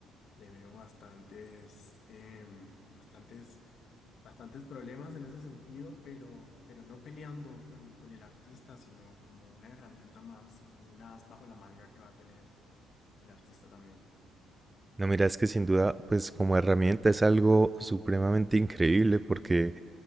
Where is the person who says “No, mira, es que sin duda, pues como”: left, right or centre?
Right